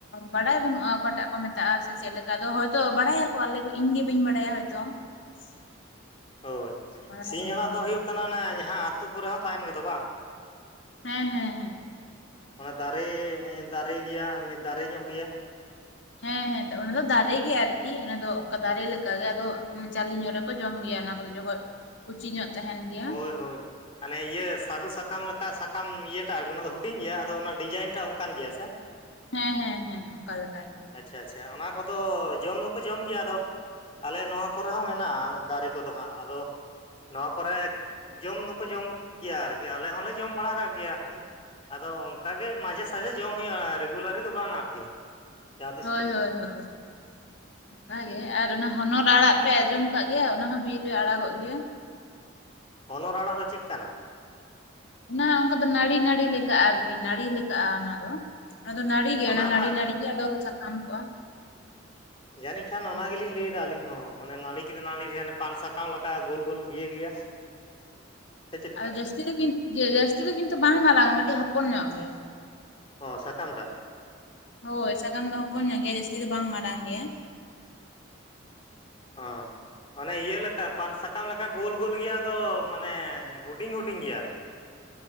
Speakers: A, on the left; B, on the left.
A: ᱵᱟᱲᱟᱭ ᱵᱟᱹᱱᱩᱜᱼᱟ ᱚᱠᱟᱴᱟᱜ ᱠᱚ ᱢᱮᱛᱟᱜᱼᱟ ᱥᱮ ᱪᱮᱫ ᱞᱮᱠᱟ ᱫᱚ ᱦᱚᱭᱛᱚ ᱵᱟᱲᱟᱭᱟᱠᱚ ᱟᱞᱮ ᱤᱧ ᱜᱮ ᱵᱟᱹᱧ ᱵᱟᱲᱟᱭᱟ ᱦᱚᱭᱛᱚ, <inaudible>
B: ᱦᱳᱭ
A: ᱵᱟᱲᱟᱭ
B: ᱥᱤᱧ
A: ᱵᱟᱹᱱᱩᱜᱼᱟ
B: ᱟᱲᱟᱜ ᱫᱚ ᱦᱩᱭᱩᱜ ᱠᱟᱱᱟ ᱚᱱᱮ ᱡᱟᱦᱟᱸ ᱟᱹᱛᱳ ᱠᱚᱨᱮ ᱦᱚᱸ ᱛᱟᱦᱮᱱ ᱜᱮ ᱫᱚ ᱵᱟᱝ,
A: ᱦᱮᱸ ᱦᱮᱸ
B: ᱚᱱᱟ ᱫᱟᱨᱮ ᱦᱮᱸ ᱫᱟᱨᱮ ᱜᱮᱭᱟ ᱫᱟᱨᱮ ᱧᱚᱜ ᱜᱮᱭᱟ
A: ᱦᱮᱸ ᱦᱮᱸ ᱚᱱᱟ ᱫᱚ ᱫᱟᱨᱮ ᱜᱮᱭᱟ ᱟᱨ ᱠᱤ ᱚᱱᱟ ᱫᱚ ᱚᱱᱠᱟ ᱫᱟᱨᱮ ᱞᱮᱠᱟ ᱜᱮ ᱟᱫᱚ ᱡᱟᱞᱤ ᱧᱚᱜ ᱨᱮ ᱠᱚ ᱡᱚᱢ ᱜᱮᱭᱟ ᱚᱱᱟ ᱠᱚ ᱡᱚᱠᱷᱚᱡ ᱠᱩᱪᱤ ᱧᱚᱜ ᱛᱟᱦᱮᱱ ᱜᱮᱭᱟ
B: ᱦᱳᱭ ᱦᱳᱭ ᱦᱟᱱᱮ ᱤᱭᱟᱹ ᱥᱟᱹᱨᱩ ᱥᱟᱠᱟᱢ ᱞᱮᱠᱟ ᱥᱟᱠᱟᱢ ᱤᱭᱟᱹᱴᱟᱜ ᱚᱱᱟ ᱫᱚ ᱦᱩᱰᱤᱧ ᱜᱮᱭᱟ ᱟᱫᱚ ᱚᱱᱟ ᱰᱤᱡᱟᱭᱤᱱᱴᱟᱜ ᱚᱱᱠᱟᱱ ᱜᱮᱭᱟ ᱥᱮ
A: ᱦᱮᱸ ᱦᱮᱸ ᱦᱮᱸ ᱚᱱᱠᱟ ᱞᱮᱠᱟ ᱜᱮ
B: ᱟᱪᱪᱷᱟ ᱟᱪᱪᱷᱟ ᱚᱱᱟ ᱠᱚᱫᱚ ᱡᱚᱢ ᱫᱚᱠᱚ ᱡᱚᱢ ᱜᱮᱭᱟ ᱟᱫᱚ ᱟᱞᱮ ᱱᱚᱶᱟ ᱠᱚᱨᱮ ᱦᱚᱸ ᱢᱮᱱᱟᱜᱼᱟ ᱫᱟᱨᱮ ᱠᱚᱫᱚ ᱦᱟᱸᱜ ᱟᱫᱚ ᱱᱚᱣᱟ ᱠᱚᱨᱮ ᱡᱚᱢ ᱫᱚᱠᱚ ᱡᱚᱢ ᱜᱮᱭᱟ ᱟᱨᱠᱤ ᱟᱞᱮ ᱦᱚᱸᱞᱮ ᱡᱚᱢ ᱵᱟᱲᱟ ᱠᱟᱜ ᱜᱮᱭᱟ ᱟᱨᱠᱤ ᱟᱫᱚ ᱚᱱᱠᱟ ᱜᱮ ᱢᱟᱡᱷᱮ ᱥᱟᱡᱷᱮ ᱡᱚᱢ ᱦᱩᱭᱩᱜᱼᱟ ᱨᱮᱜᱩᱞᱟᱨᱫᱚ ᱵᱟᱝ ᱟᱨᱠᱤ ᱡᱟᱦᱟᱸ ᱛᱤᱥ
A: ᱦᱳᱭ
B: ᱠᱚᱨᱮ
A: ᱦᱳᱭ ᱦᱳᱭ ᱚᱱᱠᱟᱜᱮ ᱟᱨ ᱚᱱᱟ ᱦᱚᱱᱚᱨ ᱟᱲᱟᱜ ᱯᱮ ᱟᱸᱡᱚᱢ ᱠᱟᱜ ᱜᱮᱭᱟ ᱚᱱᱟ ᱦᱚᱸ ᱵᱤᱨ ᱨᱮ ᱟᱲᱟᱜᱚᱜ ᱜᱮᱭᱟ
B: ᱦᱚᱱᱚᱨ ᱟᱲᱟᱜ ᱫᱚ ᱪᱮᱫ ᱠᱟᱱᱟ?
A: ᱚᱱᱟ ᱚᱱᱠᱟ ᱫᱚ ᱱᱟᱹᱲᱤ ᱱᱟᱹᱲᱤ ᱞᱮᱠᱟᱜ-ᱟ ᱟᱨᱠᱤ ᱱᱟᱹᱲᱤ ᱞᱮᱠᱟᱜᱼᱟ ᱚᱱᱟ ᱫᱚ ᱟᱫᱚ ᱱᱟᱹᱲᱤ ᱜᱮ
B: ᱚᱱᱟᱴᱟᱜ
A: ᱚᱱᱟ ᱱᱟᱹᱲᱤ ᱱᱟᱹᱲᱤᱜ ᱜᱮ ᱟᱫᱚ ᱥᱟᱠᱟᱢ ᱠᱚᱜᱼᱟ᱾
B: ᱡᱟᱹᱱᱤᱡ ᱠᱷᱟᱱ ᱚᱱᱟ ᱜᱮᱞᱤᱧ ᱞᱟᱹᱭ ᱫᱟ ᱟᱹᱞᱤᱧ ᱦᱚᱸ ᱢᱟᱱᱮ ᱱᱟᱹᱲᱤ ᱜᱮ ᱱᱟᱹᱲᱤ ᱯᱟᱱ ᱥᱟᱠᱟᱢ ᱞᱮᱠᱟ ᱜᱳᱞ ᱜᱳᱞ ᱤᱭᱟᱹ ᱜᱮᱭᱟ <inaudible> ᱪᱮᱫᱠᱟ
A: ᱟᱨ ᱡᱟᱹᱥᱛᱤ ᱫᱚ ᱠᱤᱱ ᱡᱟᱹᱥᱛᱤ ᱫᱚ ᱠᱤᱱᱛᱩ ᱵᱟᱝ ᱢᱟᱨᱟᱝᱟ ᱠᱟᱹᱴᱤᱡ ᱦᱚᱯᱚᱱ ᱧᱚᱜ ᱜᱮᱭᱟ
B: ᱚ ᱥᱟᱠᱟᱢ ᱴᱟᱜ
A: ᱦᱳᱭ ᱥᱟᱠᱟᱢ ᱫᱚ ᱦᱚᱯᱚᱱ ᱧᱚᱜ ᱜᱮᱭᱟ ᱡᱟᱹᱥᱛᱤ ᱫᱚ ᱵᱟᱝ ᱢᱟᱨᱟᱝ ᱜᱮᱭᱟ
B: ᱚ ᱚᱱᱮ ᱤᱭᱟᱹ ᱞᱮᱠᱟ ᱯᱟᱱ ᱥᱟᱠᱟᱢ ᱞᱮᱠᱟ ᱜᱳᱞ ᱜᱳᱞ ᱜᱮᱭᱟ ᱟᱫᱚ ᱢᱟᱱᱮ ᱦᱩᱰᱤᱧ ᱦᱩᱰᱤᱧ ᱜᱮᱭᱟ ᱟᱨᱠᱤ